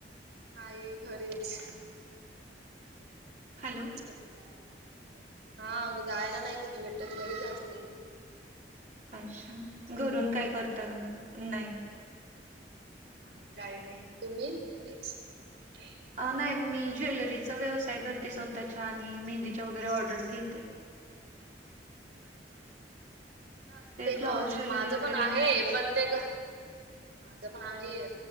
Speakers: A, on the right; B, on the right.
A: नाही घरीच आ
B: हॅलो
A: घरीच कुठती जार भेट हा जायला नाही कुठे भेटत घरीच असते
B: अच्छा घरून काय करता का मग नाही
A: नाही काही नाही तुम्ही घरीच की
B: नाही
A: जॉब
B: मी ज्वेलरी व्यवसाय करते स्वतःच्या आणि मेहंदीच्या वगैरे ऑर्डर घेते
A: अच्छा ांग ते
B: फ्लॉवर ज्वेलरी
A: माझं
B: वगैरे
A: पण आहे
B: माहितच
A: पण ते माझ पण आहे